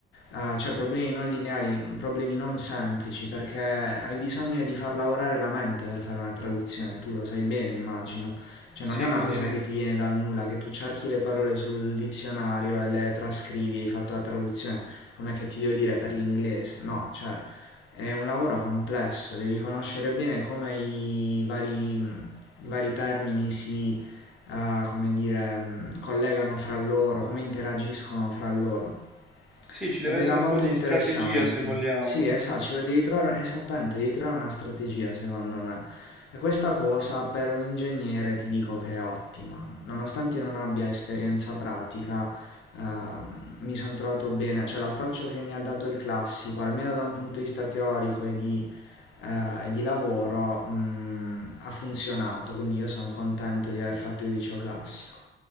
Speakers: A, on the left; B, in the centre.
A: eh, cioè problemi non lineari, problemi non semplici, perché hai bisogno di far lavorare la mente per fare una traduzione, tu lo sai bene, immagino. Cioè
B: Sì,
A: non è una
B: condivido.
A: cosa che ti viene dal nulla, che tu cerchi le parole sul dizionario e le trascrivi, e hai fatto la traduzione, come che ti devo dire per l'inglese, no, cioè è un lavoro complesso, devi conoscere bene come i vari, i vari termini si, eh, come dire, mh, collegano fra loro, come interagiscono fra loro.
B: Sì, ci deve
A: Ed
B: essere
A: era molto
B: un po' di
A: interessante.
B: strategia se vogliamo.
A: Sì, esatto, ci devi trovare, esattamente, devi trovare una strategia, secondo me. E questa cosa per un ingegnere ti dico che è ottima. Nonostante io non abbia esperienza pratica, ehm, mi sono trovato bene, cioè l'approccio che mi ha dato il classico, almeno da un punto di vista teorico e di eh, e di lavoro mh, ha funzionato, quindi io sono contento di aver fatto il liceo classico.